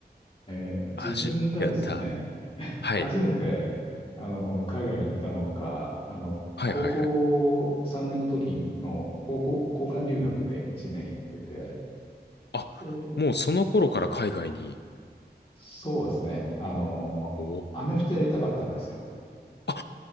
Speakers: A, on the left (about 30°); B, on the left (about 75°).
A: えー自分がですね、
B: あ、し、やった。
A: <laughs>
B: はい。
A: 初めて、あの、海外に行ったのが、あの、
B: はいはいはい。
A: 高校3年の時の高校、交換留学で1年行ってて、
B: あ、
A: で、
B: もうその頃から海外に。
A: そうですね。あの、
B: お
A: アメフトやりたかったんですよ。
B: ー。あ、